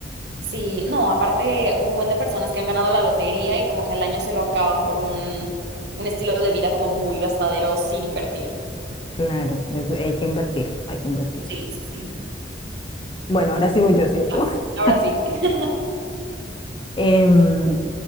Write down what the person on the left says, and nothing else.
Claro, es- hay que invertir, hay que invertir.
Bueno, ahora sí voy yo, ¿cierto?
<laughs>
Em,